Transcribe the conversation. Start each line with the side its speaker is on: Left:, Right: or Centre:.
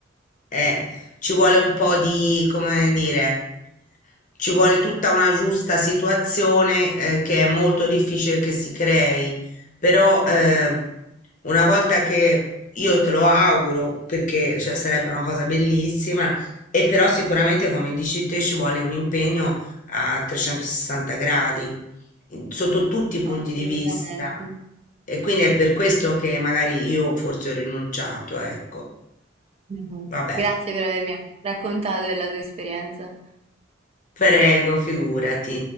Left: Eh, ci vuole un po' di, come dire, ci vuole tutta una giusta situazione, eh, che è molto difficile che si crei, però, eh,
Right: Mm, mm,
Left: una volta che io te lo auguro, perché, cioè, sarebbe una cosa bellissima, e però sicuramente, come dici te, ci vuole un impegno a 360 gradi, in- sotto tutti i punti
Right: assolutamente.
Left: di vista. E quindi è per questo che magari io forse ho rinunciato, ecco.
Right: Mhm.
Left: Vabbè.
Right: Grazie per avermi raccontato della tua esperienza.
Left: Prego, figurati.